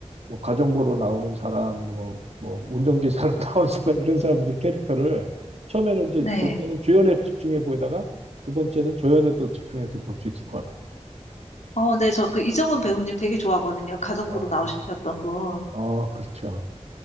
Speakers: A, on the right; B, on the left.
A: 뭐 가정부로 나오는 사람, 뭐, 뭐 운전기사로 <laughs> 나오는 사람 이런 사람들 캐릭터를 처음에는 이제
B: 네.
A: 볼 때는 주연에 집중해 보이다가 두 번째는 조연에 또 집중해서 볼 수 있을 것 같아요.
B: 어, 네, 저 그 이정훈 배우님 되게 좋아하거든요. 가정부로
A: 어.
B: 나오셨던 분.
A: 아, 그렇죠.